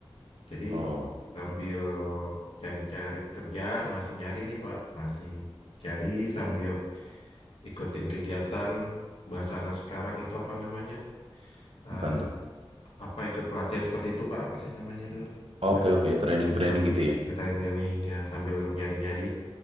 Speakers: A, on the left; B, on the right.
A: Jadi
B: Oh,
A: sambil cari-cari kerjaan, masih nyari nih, Pak. Masih cari sambil ikutin kegiatan bahasa anak sekarang itu apa namanya? Eh,
B: apaan tuh?
A: apa ikut pelatihan seperti itu, Pak? Apa sih namanya dulu?
B: Oke
A: Berarti,
B: oke training-training
A: nah,
B: gitu ya.
A: kita training ya sambil nyari-nyari.